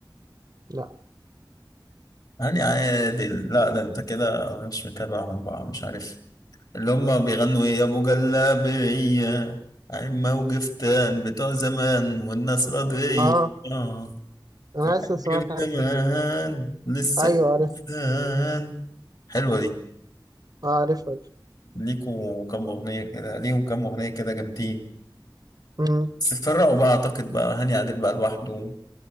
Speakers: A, on the right; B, on the left.
A: لأ
B: هاني عادل لا ده انت كده مش متابعهم بقى مش عارف اللي هم بيغنوا ايه يا ابو جلابيه عين موجفتان بتوع زمان والناس راضية
A: أه
B: آه.
A: أنا حاسس إن سمعت
B: كبدان
A: حاجة
B: لسه
A: أيوه عارف
B: كبدان حلوة دي
A: آه، عارف
B: ليكوا كام أغنية كده ليهم كام أغنية كده جامدين
A: عارف
B: بس اتفرقوا بقى أعتقد بقى هاني عادل بقى لوحده